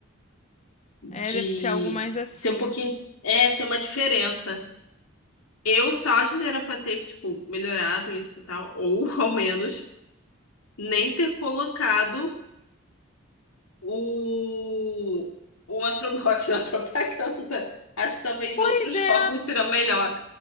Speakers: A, on the left; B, on the left.
A: de
B: É, deve ser algo mais assim.
A: ser um pouquinho, é, ter uma diferença. Eu só acho que era pra ter, tipo, melhorado isso e tal, ou <laughs> ao menos nem ter colocado o, o Astrobot <laughs> na propaganda. Acho que talvez
B: Pois
A: outros <laughs> jogos
B: é,
A: serão melhor.